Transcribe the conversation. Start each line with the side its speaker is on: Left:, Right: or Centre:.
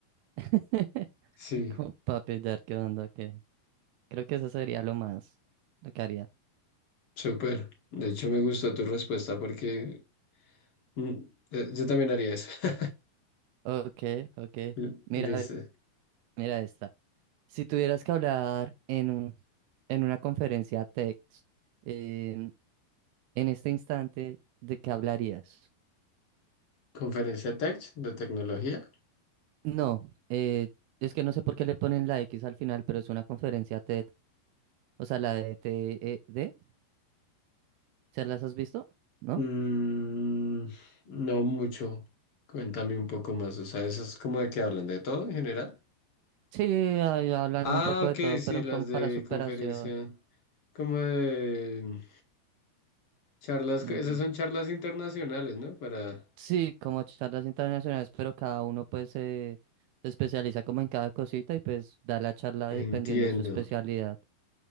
Right: <laughs>
Left: Sí,
Right: Como para pillar qué onda, ok. Creo que eso sería lo más, lo que haría.
Left: súper. De hecho, me gustó tu respuesta porque mm, eh, yo también haría eso. <laughs>
Right: Ok, ok.
Left: L-
Right: Mira,
Left: Listo.
Right: a ver. Mira esta. Si tuvieras que hablar en un, en una conferencia TED, em, en este instante, ¿de qué hablarías?
Left: Conferencia tech de tecnología.
Right: No, eh, es que no sé por qué le ponen la X al final, pero es una conferencia TED. O sea, la de TED. ¿Se las has visto? ¿No?
Left: Mm, no mucho. Cuéntame un poco más. O sea, eso es como de que hablan de todo en general.
Right: Sí, ahí hablan
Left: Ah,
Right: un poco
Left: ok,
Right: de todo,
Left: sí,
Right: pero
Left: las
Right: con para
Left: de
Right: superación.
Left: conferencia, como de mm, charlas,
Right: mm,
Left: esas son charlas internacionales, ¿no? Para...
Right: sí, como charlas internacionales, pero cada uno pues eh, se especializa como en cada cosita y pues da la charla dependiendo
Left: Entiendo.
Right: de su especialidad.